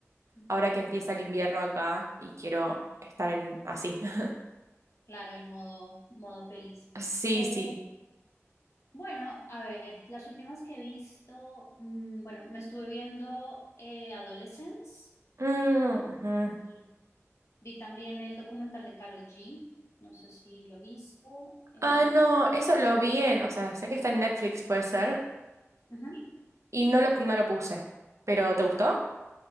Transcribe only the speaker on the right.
ahora que empieza el invierno acá y quiero estar en así. <laughs>
Sí,
sí.
Mm, ujú.
Ah, no, eso lo vi en, o sea, sé que está en Netflix, puede ser.
Y no lo, no lo puse. ¿Pero te gustó?